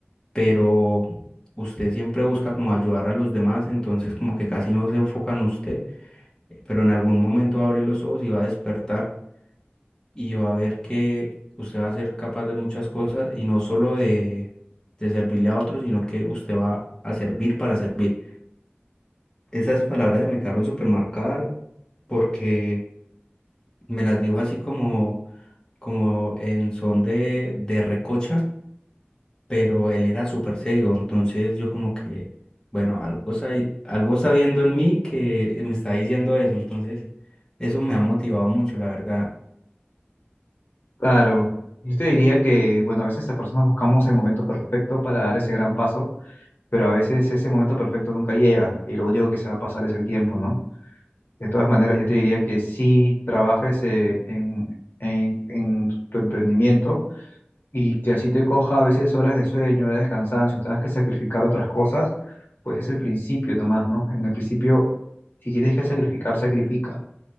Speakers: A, on the left; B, on the left.
A: pero usted siempre busca como ayudar a los demás, entonces como que casi no se enfoca en usted, eh, pero en algún momento va a abrir los ojos y va a despertar y va a ver que usted va a ser capaz de muchas cosas y no solo de, de servirle a otros, sino que usted va a servir para servir. Esas palabras se me quedaron súper marcadas porque me las dijo así como, como en son de, de recocha, pero él era súper serio, entonces yo como que, bueno, algo está, ahí- algo está viendo en mí que me está diciendo eso, entonces eso me ha motivado mucho, la verdad.
B: Claro, yo te diría que, bueno, a veces las personas buscamos el momento perfecto para dar ese gran paso, pero a veces ese momento perfecto nunca llega y lo único que se va a pasar es el tiempo, ¿no? De todas maneras, yo te diría que sí trabajes eh, en, en, en tu emprendimiento y que así te coja a veces horas de sueño, horas de cansancio, tengas que sacrificar otras cosas, pues es el principio nomás, ¿no? En el principio, si tienes que sacrificar, sacrifica.